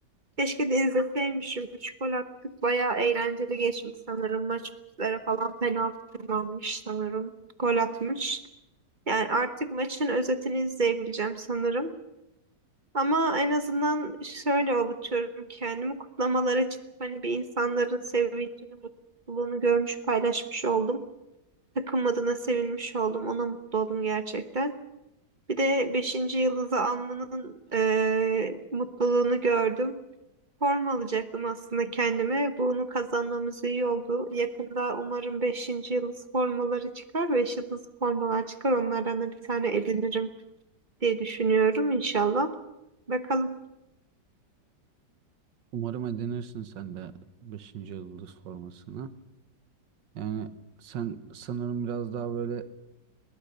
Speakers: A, on the right (about 30°); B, on the right (about 80°).
A: Keşke de izleseymişim. Üç gol attık. Bayağı eğlenceli geçmiş sanırım. Maç üzere falan penaltı kullanmış sanırım. Gol atmış. Yani artık maçın özetini izleyebileceğim sanırım. Ama en azından şöyle avutuyorum kendimi. Kutlamalara çıkıp hani bir insanların sevincini, mutluluğunu görmüş, paylaşmış oldum. Takım adına sevinmiş oldum. Ona mutlu oldum gerçekten. Bir de beşinci yıldızı almanın eee, mutluluğunu gördüm. Forma alacaktım aslında kendime. Bunu kazanmamız iyi oldu. Yakında umarım beşinci yıldız formaları çıkar. beş yıldız formalar çıkar. Onlardan da bir tane edinirim diye düşünüyorum inşallah. Bakalım.
B: Umarım edinirsin sen de beşinci yıldız formasını. Yani sen sanırım biraz daha böyle